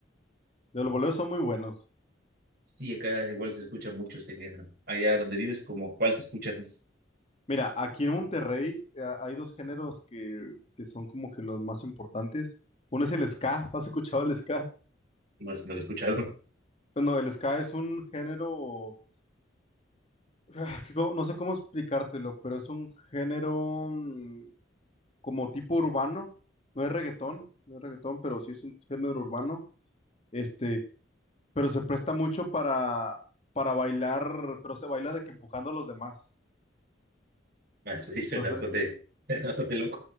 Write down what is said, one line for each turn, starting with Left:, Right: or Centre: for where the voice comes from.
Left: Los boleros son muy buenos.
Right: Sí, acá igual se escucha mucho este género. Allá donde vives, como, ¿cuál se escucha más?
Left: Mira, aquí en Monterrey a- hay dos géneros que, que son como que los más importantes. Uno es el ska. ¿Has escuchado el ska?
Right: No, sé, si no lo he escuchado. <laughs>
Left: No, el ska es un género, ah, que co- no sé cómo explicártelo, pero es un género mm, como tipo urbano. No es reggaetón, no es reggaetón, pero sí es un género urbano. Este, pero se presta mucho para, para bailar, pero se baila de que empujando a los demás.
Right: Ah, sí, suena
Left: Entonces,
Right: bastante, <laughs> bastante loco.